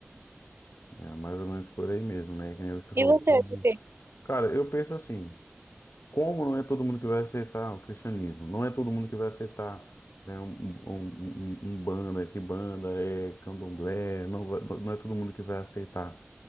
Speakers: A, on the left; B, on the right.
A: É, é mais ou menos por aí mesmo, né? Que nem você falou.
B: E você,
A: Como...
B: acha o quê?
A: Cara, eu penso assim, Como não é todo mundo que vai aceitar o cristianismo? Não é todo mundo que vai aceitar né, um, um, um, um um banda, que banda é candomblé, não, vai- não é todo mundo que vai aceitar